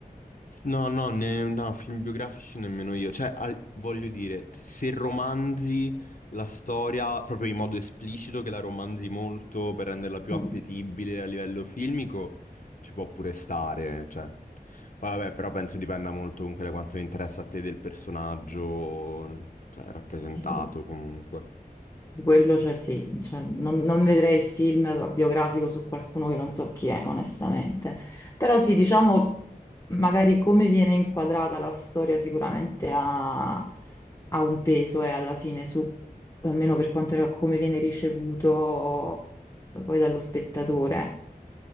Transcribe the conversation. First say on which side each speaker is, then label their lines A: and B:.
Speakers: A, on the left; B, on the left.
A: No, no, ne- no, film biografici nemmeno io. Cioè, al- voglio dire, se romanzi la storia proprio in modo esplicito, che la romanzi molto per renderla più
B: Mm,
A: appetibile a livello filmico, ci può pure stare, cioè. Poi vabbè, però penso dipenda molto comunque da quanto interessa a te del personaggio, cioè, rappresentato
B: sì, sì.
A: comunque.
B: Quello, cioè, sì, cioè, non, non vedrei il film biografico su qualcuno che non so chi è, onestamente. Però sì, diciamo, magari come viene inquadrata la storia sicuramente ha, ha un peso e alla fine su, almeno per quanto riguarda come viene ricevuto poi dallo spettatore,